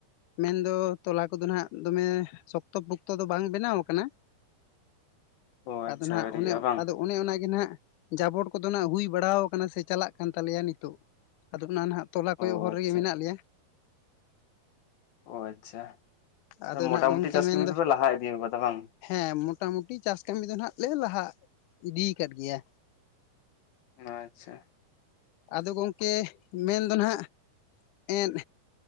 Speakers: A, on the left (about 85°); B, on the left (about 70°).
A: ᱢᱮᱱᱫᱚ ᱛᱚᱞᱟ ᱠᱚᱫᱚ ᱱᱟᱦᱟᱜ ᱫᱚᱢᱮ ᱥᱚᱠᱛᱚ ᱯᱚ <unintelligible> ᱫᱚ ᱵᱟᱝ ᱵᱮᱱᱟᱣ ᱟᱠᱟᱱᱟ
B: ᱚ ᱟᱪᱪᱷᱟ
A: ᱟᱫᱚ ᱱᱟᱜ
B: ᱟᱹᱣᱨᱤᱭᱟᱜᱼᱟ
A: ᱚᱱᱮ
B: ᱵᱟᱝ?
A: ᱟᱫᱚ ᱚᱱᱮ ᱚᱱᱟᱜ ᱜᱮ ᱱᱟᱦᱟᱜ ᱡᱟᱵᱚᱨ ᱠᱚᱫᱚ ᱱᱟᱜ ᱦᱩᱭ ᱵᱟᱲᱟᱶ ᱠᱟᱱᱟ ᱥᱮ ᱪᱟᱞᱟᱜ ᱠᱟᱱ ᱛᱟᱞᱮᱭᱟ ᱱᱤᱛᱚᱜ᱾ ᱟᱫᱚ ᱚᱱᱟ ᱱᱟᱦᱟᱜ ᱛᱚᱞᱟ ᱠᱚᱭᱚᱜ
B: ᱚ
A: ᱦᱚᱨ
B: ᱟᱪᱪᱷᱟ
A: ᱨᱮᱜᱮ ᱢᱮᱱᱟᱜ ᱞᱮᱭᱟ᱾
B: ᱚ ᱟᱪᱪᱷᱟ,
A: ᱟᱫᱚ
B: ᱢᱚᱴᱟ
A: ᱱᱟᱜ ᱜᱚᱝᱠᱮ
B: ᱢᱩᱴᱤ ᱪᱟᱥ
A: ᱢᱮᱱᱫᱚ
B: ᱠᱟᱹᱢᱤ ᱫᱚᱯᱮ ᱞᱟᱦᱟ ᱤᱫᱤᱶ ᱟᱠᱟᱫᱟ ᱵᱟᱝ?
A: ᱦᱮᱸ ᱢᱚᱴᱟ ᱢᱩᱴᱤ ᱪᱟᱥ ᱠᱟᱹᱢᱤ ᱫᱚ ᱱᱟᱜ ᱞᱮ ᱞᱟᱦᱟ ᱤᱫᱤ ᱠᱟᱫ ᱜᱮᱭᱟ᱾
B: ᱟᱪᱪᱷᱟ᱾
A: ᱟᱫᱚ ᱜᱚᱢᱠᱮ ᱢᱮᱱᱫᱚ ᱱᱟᱜ ᱮᱸᱫ